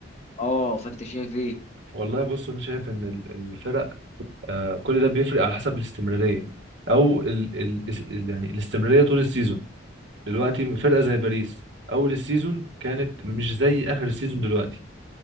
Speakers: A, on the left; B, on the right.
A: اه فانت شايف ايه
B: والله بص انا شايف ان ال- الفرق آه، كل ده بيفرق على حسب الاستمراريه او ال ال اس- ال- يعني الاستمراريه طول السيزون دلوقتي فرقه زي باريس اول السيزون كانت مش زي اخر السيزون دلوقتي